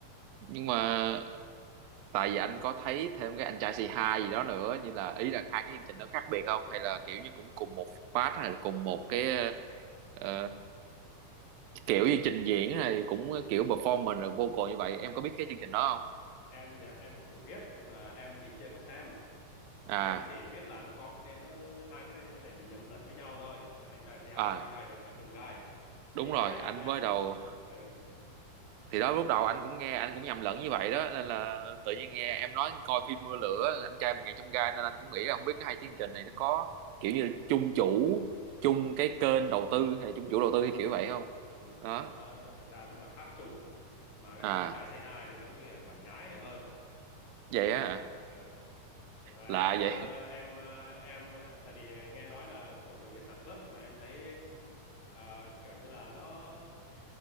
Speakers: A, on the right; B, on the left.
A: nhưng mà tại vì anh có thấy thêm cái anh trai c hai gì đó nữa như là ý là
B: ừ.
A: hai cái chương trình nó khác biệt không hay là kiểu như cũng cùng một phát hay là cùng một cái ờ, kiểu như trình diễn này cũng kiểu performance rồi vocal như vậy em có biết cái chương trình đó không
B: em em thì cũng biết nhưng mà em thì chưa có xem
A: à
B: em chỉ biết là nó có tên nó hai cái tên nó dễ bị nhầm lẫn với nhau thôi là anh trai c hai
A: à
B: với anh trai vượt ngàn chông gai
A: đúng
B: thì
A: rồi
B: à,
A: anh
B: em
A: mới đầu
B: ừ,
A: thì đó lúc đầu anh cũng nghe anh cũng nhầm lẫn như vậy đó nên là tự nhiên nghe em nói coi phim Mưa Lửa anh trai một ngàn chông gai nên anh cũng nghĩ là không biết cái hai chương trình này nó có kiểu như là chung chủ chung cái kênh
B: ừ,
A: đầu tư hay là chung chủ đầu tư hay kiểu vậy không
B: ừ,
A: đó
B: nó nó thật ra nó là khác chủ mà cái
A: à
B: thằng anh trai c hai thì giống như là bản nhái hơn á
A: vậy á hả
B: ừ. Và
A: lạ
B: em ờ,
A: vậy
B: em ờ, em ờ, tại vì nghe nói là của người Việt sản xuất mà em thấy ờ, kiểu như là nó